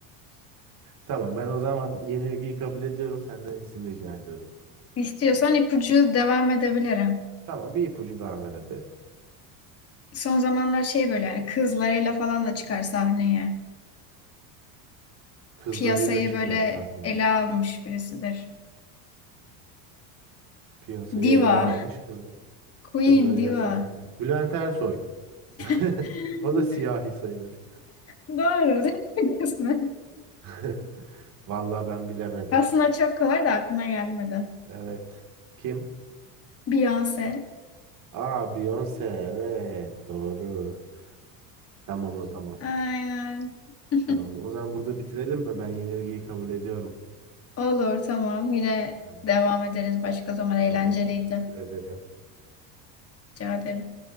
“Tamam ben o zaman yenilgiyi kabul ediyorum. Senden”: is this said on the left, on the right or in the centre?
Right